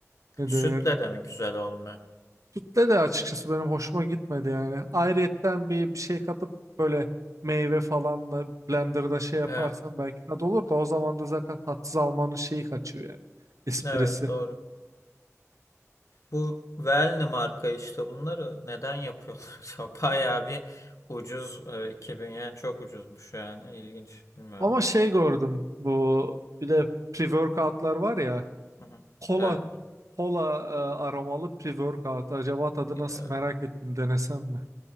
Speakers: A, on the right; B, on the left.
A: Ne
B: Sütle
A: denir?
B: de mi güzel olmuyor?
A: Sütle de açıkçası benim hoşuma gitmedi yani. Ayrıyetten bir bir şey katıp böyle meyve falan da blenderda şey yaparsan
B: Evet,
A: belki tadı olur da o zaman da zaten tatsız almanın şeyi kaçıyor yani. Esprisi.
B: evet doğru. Bu Velni marka işte bunları neden yapıyorlar <laughs> acaba? Bayağı bir ucuz e, 2000 yani çok ucuzmuş yani İlginç, bilmiyorum.
A: Ama şey gördüm bu bir de pre-workoutlar var ya
B: Hı hı.
A: Kola
B: Evet.
A: kola e, aromalı pre-workout. Acaba tadı
B: e,
A: nasıl merak ettim denesem mi?